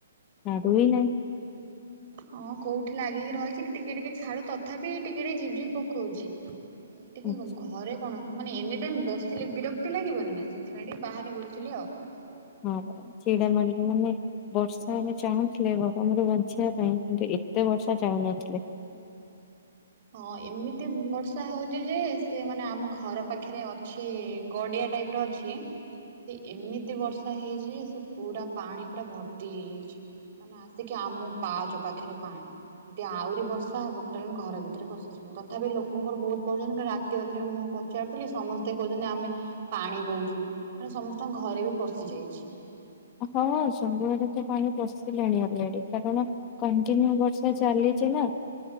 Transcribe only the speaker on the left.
ଛାଡ଼ୁ ହିଁ ନାଇଁ।
ହଁ
ହଁ ପରା ଚିଡା ମାଡ଼ିବ ମାନେ ବର୍ଷା ଏବେ ଚାହୁଁଥିଲେ ଗରମରୁ ବଞ୍ଚିବା ପାଇଁ କିନ୍ତୁ ଏତେ ବର୍ଷା ଚାହୁଁନଥିଲେ।
ହଁ ସବୁଆଡେ ତ ପାଣି ପଶିଲାଣି ଅଲରେଡି କାରଣ କଣ୍ଟିନ୍ୟୁ ବର୍ଷା ଚାଲିଚି ନା।